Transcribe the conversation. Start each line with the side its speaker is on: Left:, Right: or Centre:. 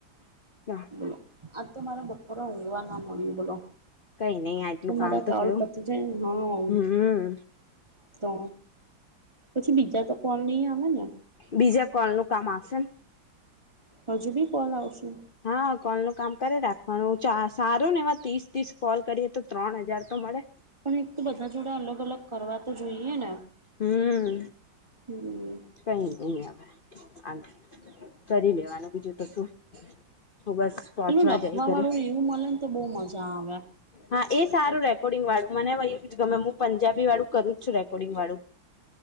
Left: <unintelligible>
Right: બોલો. આજ તો મારા બપોરે ઊંઘવા ના મળ્યું બોલો.
Left: કઈ નઈ આટલું
Right: તો મારા
Left: કામ
Right: કાલ
Left: થયું
Right: પતિ જાયન. હન.
Left: હમ
Right: તો. પછી બીજા તો કોલ નઈ આવે ને.
Left: બીજા કોલ નું કામ આવશે ને
Right: હજુ બી કોલ આવશે
Left: હા, કોલનો કામ કરે રાખવાનું. ચા સારું ન એવા ત્રીસ-ત્રીસ કોલ કરીએ, તો ત્રણ હજાર તો મળે.
Right: પણ એક તો બધા જોડે અલગ-અલગ કરવા તો જોઈએ ને.
Left: હમ,
Right: હમ
Left: કઈ નઈ અવે. શાંતિ. કરી લેવાનું બીજું તો શું. તો બસ પોંચવા
Right: પેલું લખવા
Left: જ આઈ ઘરે.
Right: વાળું એવું મળે ને તો બહુ મજા આવે
Left: હા એ સારું રેકોર્ડિંગ વાળું મને. ગમે હું પંજાબી વાળું કરું જ છું રેકોર્ડિંગ વાળું.